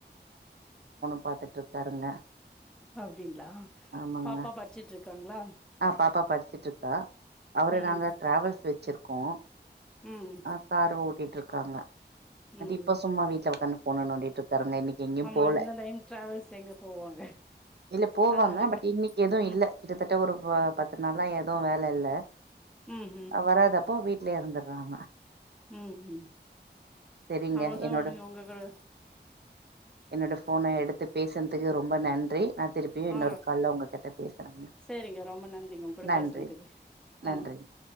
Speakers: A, on the right; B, in the centre.
A: பாத்துட்ருக் பாருங்க
B: அப்டிங்களா
A: ஆமாங்க
B: பாப்பா படிச்சுட்டு இருக்காங்களா
A: ஆஹ்பாப்பா படிச்சட்டுருக்கா அவரு
B: ம்
A: நாங்க ட்ராவல்ஸ் வச்சிருக்கோ
B: ம்
A: ஆஹ் கரோடி ட்ருக்காங்க அண்ட்
B: ம்
A: இப்போ சும்மா வீட்ல உக்காந்து போனை நோண்டிட்ருக்காருங்க இன்னைக்கு எங்கயு
B: ஆமா
A: போல
B: இந்த டைம் டிராவல்ஸ் எங்க போவாங்க
A: இல்ல போவாங்க
B: அதனால
A: பட்
B: க
A: இன்னைக்கு எதும்
B: ம்
A: இல்ல கிட்டதட்ட ஒரு பத்து நாளா எதுவும் வேல இல்ல
B: ம்
A: ஆ வராத அப்போ வீட் ட்லயே இருந்துறாங்க
B: உம் உம்
A: சரிங்க
B: அவ்ளோ தான்
A: என்னோட
B: உடுங்க உங்க கூட
A: என்னோட போனை எடுத்து பேசுன்துக்கு ரொம்ப நன்றி நா திருப்பியு இன்னொரு
B: ஆ
A: கால்ல உங்கள கிட்ட பேசுகிறேங்க
B: சரிங்க ரொம்ப நன்றிங்க உங்க கூட
A: நன்றி
B: பேசுனதுக்கு
A: நன்றி
B: ஆ